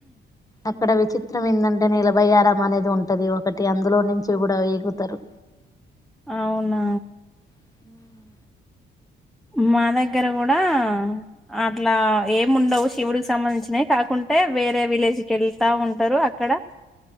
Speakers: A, on the left; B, in the centre.
A: అక్కడ విచిత్రం ఏందంటే నేలబయ్యారం అనేది ఉంటది ఒకటి అందులో నుంచి కూడా ఈగుతారు
B: అవునా
A: ఈగుతారు
B: మా దగ్గర కూడా అట్లా ఏముండవు శివుడికి సంబంధించినవి కాకుం టే వేరే విలేజ్ కి వెళ్తా ఉంటారు అక్కడ